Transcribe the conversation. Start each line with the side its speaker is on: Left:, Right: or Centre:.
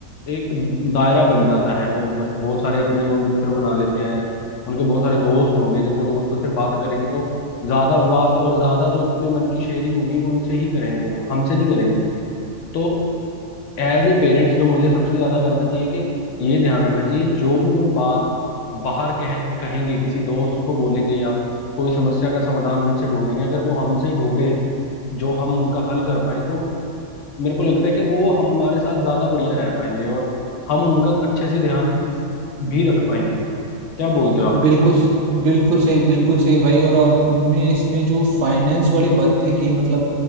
Left: एक दायरा बन जाता है वो ब- बहुत सारे अपने मित्र बना लेते हैं उनके बहुत सारे दोस्त होंगे जब वो दोस्तों से बात करेंगे तो ज्यादा बात और ज्यादा जो अपने मन की शेयरिंग होगी वो उनसे ही करेंगे हमसे नहीं करेंगे तो एज ए पेरेंट्स जो मुझे सबसे ज्यादा करना चाहिए कि ये ध्यान रखना चाहिए जो भी वो बात बाहर कह कहेंगे किसी दोस्त को बोलेंगे या कोई समस्या का समाधान उनसे ढूंढेंगे अगर वो हमसे ढूंढे जो हम उनका हल कर पाए तो मेरे को लगता है कि वो हमारे साथ ज्यादा बढ़िया रह पाएंगे और हम उनका अच्छे से ध्यान इस भी रख पाएंगे क्या बोलते हो आप
Right: बिल्कुल बिल्कुल सही बिल्कुल सही भाई और आ, तुमने इसमें जो फाइनेंस वाली बातें की मतलब